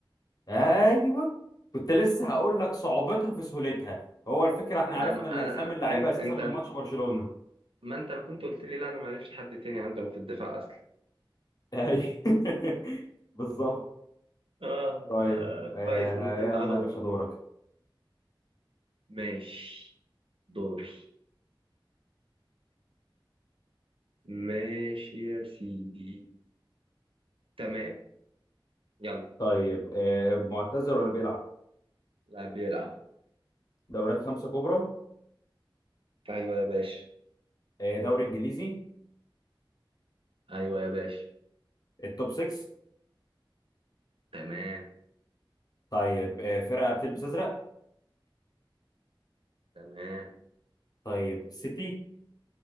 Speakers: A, on the left; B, on the right.
A: ايوه كنت لسه هقول لك صعوبتها في سهولتها هو الفكره احنا
B: انا
A: عرفنا اللي
B: انا
A: اسامي
B: أنا-
A: اللعيبه
B: أن-
A: اساسا
B: انت
A: من ماتش برشلونه
B: ما انت لو كنت قلت لي لا انا ما اعرفش حد تاني عندهم في الدفاع اصلا
A: ايوه <laughs> بالظبط
B: اه
A: طيب
B: آه،
A: آه
B: كويس انه طلع
A: يلا
B: اهو
A: يا باشا دورك
B: ماشي دوري ماشي يا سيدي تمام يلا
A: طيب آه معتزل ولا بيلعب
B: لاعب بيلعب
A: دوريات خمسه كبرى
B: ايوه يا باشا
A: آه دوري انجليزي
B: ايوه يا باشا
A: التوب 6
B: تمام
A: طيب آه فرقه بتلبس ازرق
B: تمام
A: طيب سيتي